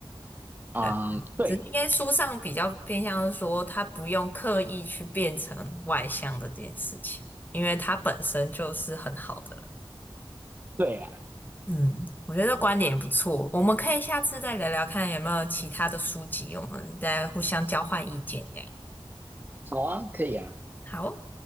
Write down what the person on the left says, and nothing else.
对，
只是应该书上比较偏向是说，他不用刻意去变成外向的这件事情，因为他本身就是很好的了。
嗯，我觉得观点也不错，我们可以下次再聊聊看有没有其他的书籍，我们再互相交换意见。哎，
好哦。